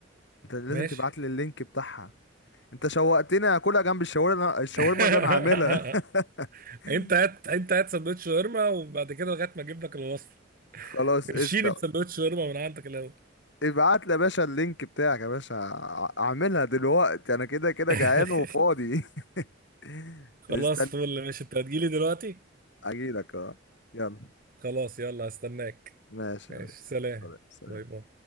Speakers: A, on the left; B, on the right.
A: انت لازم
B: ماشي
A: تبعت لي اللينك بتاعها انت شوقتني اكلها جنب الشاورما الشاورما
B: <laughs>
A: اللي انا عاملها <laughs>
B: انت هات انت هات سندوتش شاورما وبعد كده لغايه ما اجيب لك الوصفه
A: خلاص
B: ارشيني
A: قشطه
B: بسندوتش شاورما من عندك الاول
A: ابعت لي يا باشا اللينك بتاعك يا باشا ع- اعملها دلوقتي انا كده كده
B: <laughs>
A: جعان وفاضي <laughs>
B: خلاص
A: استنى
B: فل ماشي انت هتجيلي دلوقتي
A: اجيلك اه يلا
B: خلاص يلا هستناك
A: ماشي
B: ماشي
A: يا ريس
B: سلام
A: سلام سلام
B: باي باي